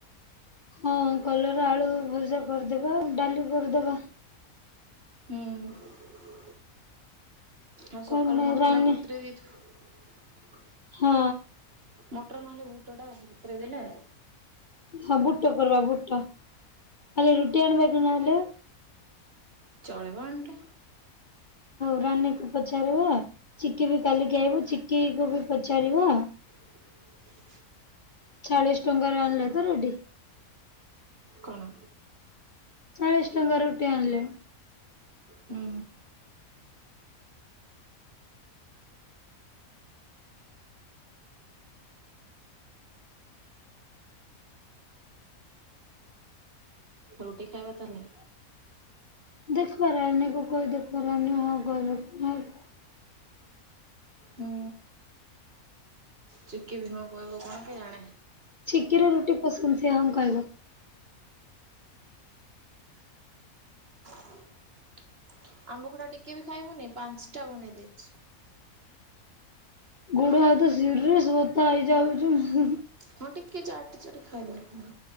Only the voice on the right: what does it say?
ଉଁ। ଆଉ ସକାଳୁ
ମଟରଟା
ବତୁରେଇ ଦେଇଥିବୁ।
ମଟର ନହେଲେ ବୁଟଟା ବତୁରେଇଦେଲେ
ଚଳିବ ଏମିତି।
<inaudible>
କଣ?
ହୁଁ ରୁଟି ଖାଇବା ତାହେଲେ।
ହୁଁ ଚିକି ବିି ହଁ କହିବ କଣ କେଜାଣେ।
<unintelligible> ଆମ୍ବକୁଡା ଟିକେ ବି ଖାଇବୁନି ପାଞ୍ଚ ଟା ବନେଇ ଦେଇଛି।
ହଁ ଟିକେଏ ଚାଟି ଚାଟି ଖାଇ ଦବ।